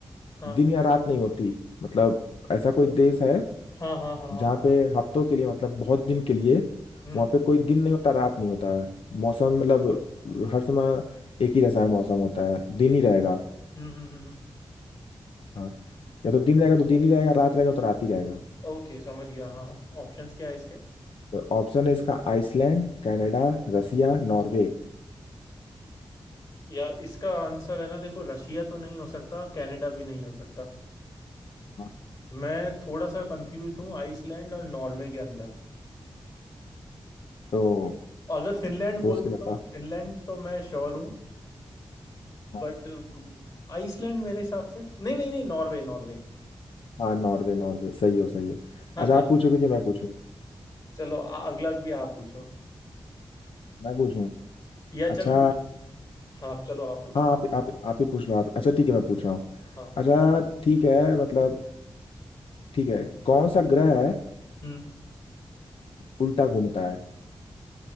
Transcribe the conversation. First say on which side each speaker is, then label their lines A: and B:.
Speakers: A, on the left; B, on the left.
A: हाँ
B: दिन या रात नहीं होती मतलब ऐसा कोई देश है
A: हाँ हाँ हाँ
B: जहाँ
A: हाँ
B: पे हफ्तों के लिए मतलब बहुत दिन के लिए
A: हम्म
B: वहाँ पे कोई दिन नहीं होता रात नहीं होता है मौसम मतलब हर समय एक ही जैसा है मौसम होता है दिन
A: ओके
B: ही रहेगा
A: हम्म हम्म हम्म हम्म।
B: हाँ या तो दिन रहेगा तो दिन ही रहेगा रात रहेगा तो रात ही रहेगा
A: ओके समझ गया हाँ ऑप्शंस क्या है इसके
B: तो ऑप्शन है इसका आइसलैंड कनाडा
A: हम्म।
B: रसिया नॉर्वे
A: यार इसका आंसर है ना देखो रशिया तो नहीं हो सकता कनाडा भी नहीं हो सकता
B: हाँ
A: मैं थोड़ा सा कंफ्यूज हूँ आइसलैंड और नॉर्वे के अंदर
B: तो
A: अगर फिनलैंड बोलते
B: सोच के बता
A: तो फिनलैंड तो मैं श्योर हूँ
B: हाँ
A: बट आइसलैंड मेरे हिसाब से नहीं नहीं नहीं नॉर्वे नॉर्वे
B: हाँ, नॉर्वे नॉर्वे सही हो सही हो
A: <laughs>
B: अच्छा आप पूछोगे कि मैं पूछूं
A: चलो आ, अगला भी आप पूछो
B: मैं पूछूं
A: या
B: अच्छा
A: चलो मैं हाँ चलो आप पूछो
B: हाँ आप आप आप ही पूछ लो आप अच्छा ठीक है मैं पूछ रहा हूँ
A: हाँ
B: अच्छा ठीक है मतलब ठीक है कौन सा ग्रह है
A: हम्म
B: उल्टा घूमता है